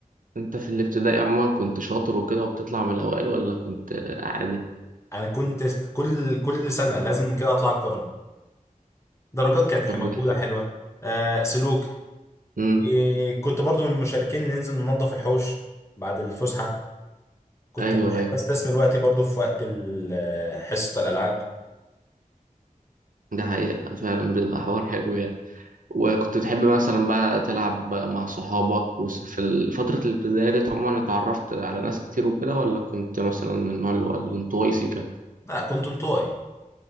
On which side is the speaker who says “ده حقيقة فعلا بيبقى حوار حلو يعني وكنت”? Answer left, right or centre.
Right